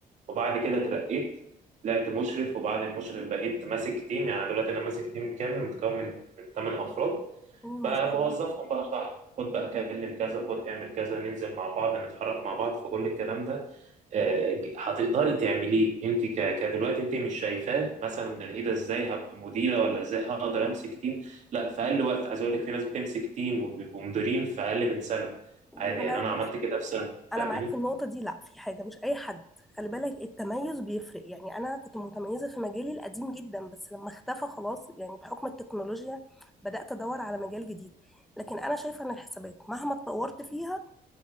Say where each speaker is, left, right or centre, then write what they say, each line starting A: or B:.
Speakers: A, on the right; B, in the centre.
A: وبعد كده اترقيت طلعت مشرف وبعد المشرف بقيت ماسك تيم يعني دلوقتي انا ماسك تيم كامل متكون من من 8 افراد
B: مم،
A: بقى
B: ما شاء
A: بوظفهم
B: الله
A: بقى صح خد بقى كلم كذا خد اعمل كذا ننزل مع بعض نتحرك مع بعض في كل الكلام ده آه، هتقدري تعمليه انت ك- كدلوقتي انت مش شايفاه مثلا ايه ده ازاي هبقى مديره ولا ازاي هقدر امسك تيم لا في اقل وقت عايز اقول لك في ناس بتمسك تيم وبيبقوا مديرين في اقل من سنه
B: ما
A: عادي يعني
B: انا
A: انا
B: بص
A: عملت كده في سنه
B: انا
A: فاهماني؟
B: معاك في النقطه دي لا في حاجه مش اي حد خلي بالك التميز بيفرق يعني انا كنت متميزه في مجالي القديم جدا بس لما اختفى خلاص يعني بحكم التكنولوجيا بدات ادور على مجال جديد لكن انا شايفه ان الحسابات مهما اتطورت فيها